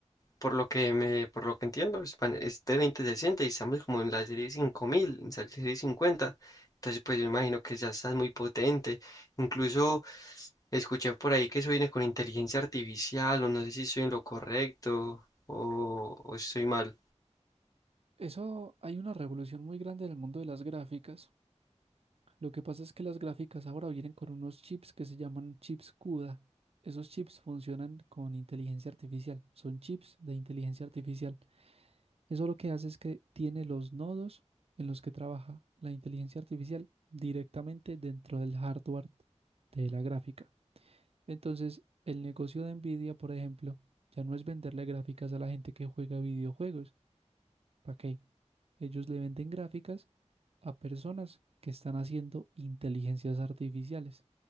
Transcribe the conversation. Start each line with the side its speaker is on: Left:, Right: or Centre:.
Left: Por lo que me, por lo que entiendo, es, pan- es de 2060 y estamos como en la serie 5000, en la serie 50. Entonces, pues yo imagino que ya estás muy potente. Incluso escuché por ahí que eso viene con inteligencia artificial, o no sé si estoy en lo correcto o, o estoy mal.
Right: Eso hay una revolución muy grande en el mundo de las gráficas Lo que pasa es que las gráficas ahora vienen con unos chips que se llaman chips CUDA. Esos chips funcionan con inteligencia artificial, son chips de inteligencia artificial. Eso lo que hace es que tiene los nodos en los que trabaja la inteligencia artificial directamente dentro del hardware de la gráfica. Entonces, el negocio de Nvidia, por ejemplo, ya no es venderle gráficas a la gente que juega videojuegos, ¿Para qué? Ellos le venden gráficas a personas que están haciendo inteligencias artificiales.